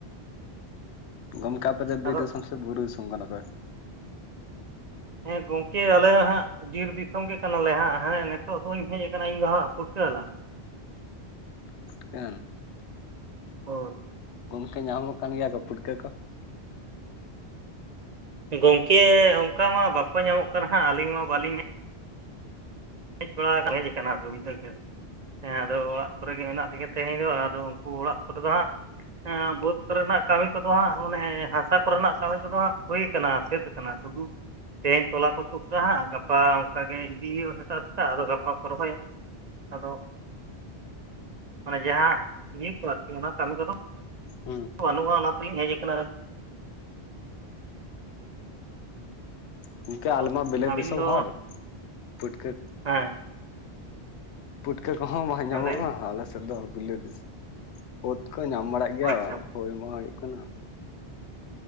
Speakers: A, on the left; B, on the right.
A: ᱜᱚᱢᱠᱮ ᱟᱯᱮ ᱫᱚ
B: ᱟᱫᱚ
A: ᱵᱤᱨ ᱫᱤᱥᱚᱢ ᱥᱮ ᱵᱩᱨᱩ ᱫᱤᱥᱚᱢ ᱠᱟᱱᱟᱯᱮ
B: ᱦᱮᱸ ᱜᱚᱝᱠᱮ ᱟᱞᱮ ᱦᱟᱸᱜ ᱵᱤᱨ ᱫᱤᱥᱚᱢ ᱜᱮ ᱠᱟᱱᱟ ᱞᱮ ᱦᱟᱸᱜ ᱦᱮᱸ ᱱᱤᱛᱚᱜ ᱫᱩᱧ ᱦᱮᱡ ᱟᱠᱟᱱᱟ ᱤᱧᱫᱚ ᱦᱟᱸᱜ ᱯᱩᱴᱠᱟᱹ ᱦᱟᱞᱟᱝ
A: ᱯᱷᱩᱴᱠᱟᱹ
B: ᱦᱳᱭ
A: ᱜᱚᱢᱠᱮ ᱧᱟᱢᱚᱜ ᱠᱟᱱ ᱜᱮᱭᱟ ᱠᱚ ᱯᱷᱩᱴᱠᱟᱹ ᱠᱚ
B: ᱜᱚᱢᱠᱮ ᱚᱱᱠᱟ ᱢᱟ ᱵᱟᱠᱚ ᱧᱟᱢᱚᱜ ᱠᱟᱱᱟ ᱦᱟᱸᱜ ᱟᱹᱞᱤᱧ ᱢᱟ ᱵᱟᱹᱞᱤᱧ ᱦᱮᱡ ᱦᱮᱡ ᱵᱟᱲᱟ ᱦᱮᱡ ᱟᱠᱟᱱᱟ ᱠᱚ ᱵᱩᱡᱷᱟᱹᱣ <unintelligible> ᱥᱮ ᱦᱮᱸ ᱟᱫᱚ ᱚᱲᱟᱜ ᱠᱚᱨᱮ ᱜᱮ ᱢᱮᱱᱟᱜ ᱞᱮᱜᱮ ᱛᱮᱦᱮᱧ ᱫᱚ ᱟᱫᱚ ᱩᱱᱠᱩ ᱚᱲᱟᱜ ᱠᱚᱨᱮ ᱫᱚ ᱦᱟᱸᱜ ᱵᱟᱹᱫᱽ ᱠᱚᱨᱮᱱᱟᱜ ᱠᱟᱹᱢᱤ ᱠᱚᱫᱚ ᱦᱟᱸᱜ ᱢᱟᱱᱮ ᱦᱟᱥᱟ ᱠᱚᱨᱮᱱᱟᱜ ᱠᱟᱹᱢᱤ ᱠᱚᱫᱚ ᱦᱟᱸᱜ ᱦᱩᱭ ᱠᱟᱱᱟ ᱥᱟᱹᱛ ᱟᱠᱟᱱᱟ ᱥᱩᱫᱩ ᱛᱮᱦᱮᱧ ᱛᱚᱞᱟ ᱠᱚ ᱛᱩᱫ ᱠᱟᱜᱼᱟ ᱦᱟᱸᱜ ᱜᱟᱯᱟ ᱚᱱᱠᱟ ᱜᱮ ᱤᱫᱤ ᱦᱩᱭᱩᱜᱼᱟ ᱥᱮᱛᱟᱜ ᱥᱮᱛᱟᱜ ᱟᱫᱚ ᱜᱟᱯᱟ ᱠᱚ ᱨᱚᱦᱚᱭᱟ ᱟᱫᱚ ᱢᱟᱱᱮ ᱡᱟᱦᱟᱸ ᱤᱭᱟᱹ ᱠᱚ ᱟᱨᱠᱤ ᱚᱱᱟ ᱠᱟᱹᱢᱤ ᱠᱚᱫᱚ
A: ᱦᱩᱸ
B: ᱵᱟᱹᱱᱩᱜᱼᱟ ᱚᱱᱟ ᱛᱮᱞᱤᱧ ᱦᱮᱡ ᱟᱠᱟᱱᱟ
A: ᱜᱚᱢᱠᱮ
B: ᱟᱫᱚ
A: ᱟᱞᱮ ᱢᱟ ᱵᱤᱞᱟᱹᱛ
B: ᱟᱹᱵᱤᱱ
A: ᱫᱤᱥᱚᱢ
B: ᱫᱚ
A: ᱦᱚᱲ ᱯᱩᱴᱠᱟᱹ
B: ᱦᱮᱸ
A: ᱯᱩᱴᱠᱟᱹ ᱠᱚᱦᱚᱸ ᱵᱟᱝ ᱧᱟᱢᱚᱜᱼᱟ
B: ᱦᱮᱸ ᱞᱟᱹᱭ ᱵᱤᱱ
A: ᱟᱞᱮ ᱥᱮᱫ ᱫᱚ ᱵᱤᱞᱟᱹᱛ ᱫᱤᱥᱼᱼ ᱩᱫ ᱠᱚ ᱧᱟᱢ ᱵᱟᱲᱟᱜ ᱜᱮᱭᱟ
B: ᱚ ᱟᱪᱪᱷᱟ
A: ᱵᱟᱝ ᱦᱳᱭ ᱢᱟ ᱦᱩᱭᱩᱜ ᱠᱟᱱᱟ